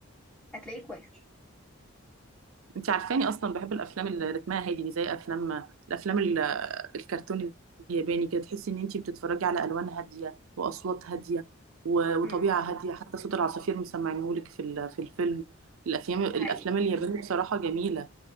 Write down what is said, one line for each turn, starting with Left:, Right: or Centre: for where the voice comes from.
Centre: هتلاقيه كويس
Right: انت عارفاني اصلا بحب الافلام اللي رتمها هادي دي زي افلام الافلام ال- الكرتون الياباني كده تحسي ان انت بتتفرجي على الوان هاديه واصوات هاديه و- وطبيعه
Centre: مم.
Right: هاديه حتى صوت العصافير مسمعينهولك في ال- في الفيلم الافلام الافلام
Centre: ده حقيقي
Right: اليابانيه بصراحه جميله